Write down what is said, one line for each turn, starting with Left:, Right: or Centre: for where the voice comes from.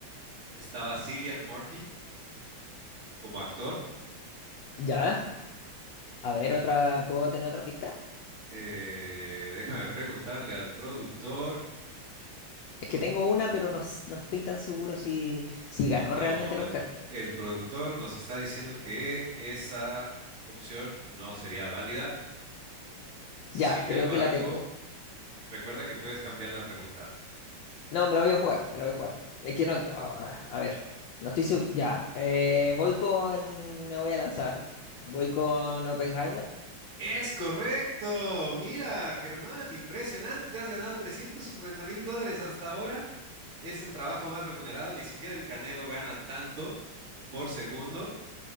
Right: Estaba Cillian Murphy como actor.
Left: ya, a ver, otra, ¿puedo tener otra pista?
Right: Eh, déjame preguntarle al productor.
Left: Es que tengo una, pero no, s- no estoy tan seguro si, si ganó
Right: No,
Left: realmente el
Right: el,
Left: Oscar.
Right: el productor nos está diciendo que esa opción no sería válida. Sin
Left: Ya, creo
Right: embargo,
Left: que la tengo.
Right: recuerda que puedes cambiar la pregunta.
Left: No, me la voy a jugar, me la voy a jugar. Es que no, ah, a ver, no estoy seguro. Ya, eh, voy con, me voy a lanzar. Voy con Oppenheimer.
Right: Es correcto. Mira, Germán, impresionante. Te has ganado trescientos cincuenta mil dólares hasta ahora. Es el trabajo más remunerado. Ni siquiera el Canelo gana tanto por segundo.